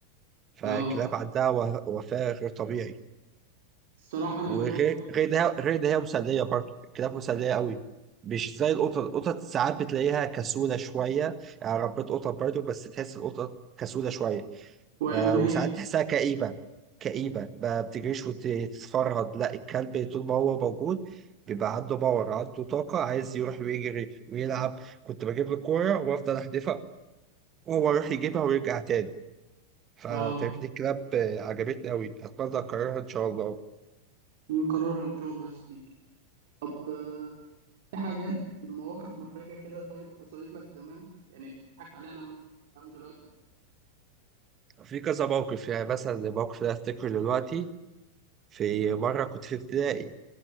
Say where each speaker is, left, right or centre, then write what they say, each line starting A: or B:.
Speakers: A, on the right; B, on the right.
A: فالكلاب
B: اه
A: عندها و- وفاء غير طبيعي
B: الصراحه انا
A: وغير
B: جربت
A: غير ده غير ده هي مسليه برضه الكلاب مسليه قوي مش زي القطط القطط ساعات بتلاقيها كسوله شويه يعني ربيت قطط برضه بس تحس القطط كسوله شويه
B: وعدوانيه
A: ب- وساعات تحسها كئيبه كئيبه ما بتجريش وتتفرهد لا الكلب طول ما هو موجود بيبقى عنده باور عنده طاقه عايز يروح ويجري ويلعب كنت بجيب له كوره وافضل احدفها وهو يروح يجيبها ويرجع تاني فتربية
B: اه
A: الكلاب عجبتني قوي اتمنى اكررها ان شاء الله
B: نكررها ان شاء الله يا صديقي طب آه، في حاجات مواقف محرجة كده طيب حصلت لك زمان يعني بتضحك عليها لما بتتعود دلوقتي
A: في كذا موقف يعني مثلا الموقف اللي افتكره دلوقتي في مره كنت في ابتدائي